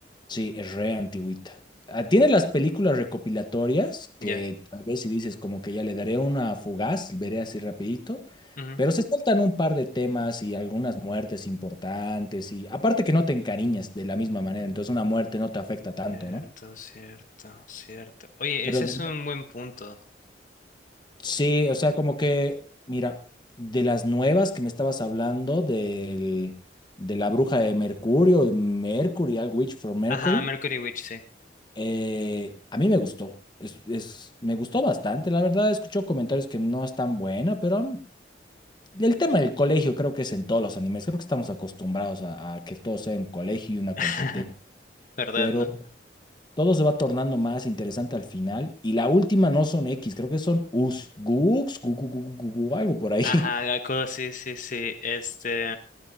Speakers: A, on the left; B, on the left.
A: Sí, es re antigüita. Ah, Tiene las películas recopilatorias que
B: Ya.
A: tal vez si dices como que ya le daré una fugaz, veré así rapidito,
B: Ujú.
A: pero se saltan un par de temas y algunas muertes importantes y aparte que no te encariñas de la misma manera, entonces una muerte no te afecta tanto,
B: Cierto,
A: ¿no?
B: cierto, cierto. Oye,
A: Pero
B: ese
A: de
B: es un buen punto.
A: Sí, o sea, como que, mira, de las nuevas que me estabas hablando, del, de la bruja de Mercurio, de Mercury, All Witch for Mercury,
B: Ajá, Mercury Witch, sí.
A: eh, a mí me gustó. Es, es- me gustó bastante, la verdad, escucho comentarios que no es tan buena, pero am- el tema del colegio creo que es en todos los animes, creo que estamos acostumbrados a, a que todo sea en colegio y una
B: <laughs>
A: competencia,
B: ¿Verdad,
A: pero
B: no?
A: todo se va tornando más interesante al final, y la última no son X, creo que son Us, Gux, gu- gu- gu- gu- gu- gu- algo por ahí.
B: Ajá, Gaku, sí, sí, sí. Este.